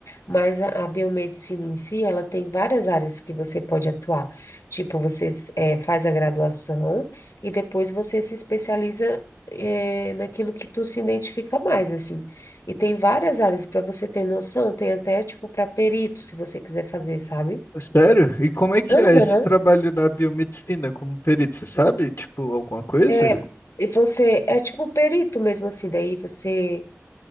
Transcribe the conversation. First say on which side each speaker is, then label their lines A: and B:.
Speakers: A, on the left; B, on the left.
A: mas a, a biomedicina em si, ela tem várias áreas que você pode atuar. Tipo, você eh, faz a graduação e depois você se especializa eh, naquilo que tu se identifica mais, assim. E tem várias áreas para você ter noção, tem até tipo para perito, se você quiser fazer, sabe?
B: Sério? E como é que
A: Aham.
B: é esse trabalho na biomedicina como perito? Você sabe, tipo, alguma coisa?
A: É, e você é tipo perito mesmo assim, daí você